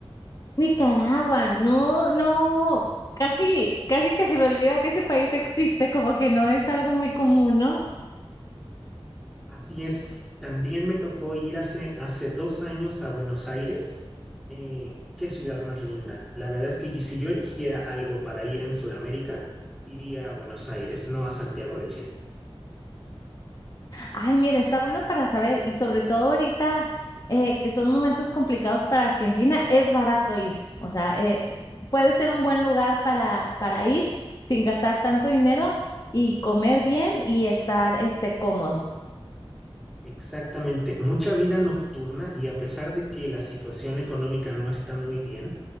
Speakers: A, on the left; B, in the centre.
A: Nicaragua, no, no, casi, casi que se me olvida que ese país existe, como que no es algo muy común, ¿no?
B: Así es, también me tocó ir hace, hace dos años a Buenos Aires. Eh, qué ciudad más linda. La verdad es que yo- si yo eligiera algo para ir en Sudamérica, iría a Buenos Aires, no a Santiago de Chile.
A: Ay, mira, está bueno para saber y sobre todo ahorita eh, que son momentos complicados para Argentina, es barato ir. O sea, eh, puede ser un buen lugar para, para ir sin gastar tanto dinero y comer bien y estar este, cómodo.
B: Exactamente, mucha vida nocturna y a pesar de que la situación económica no está muy bien,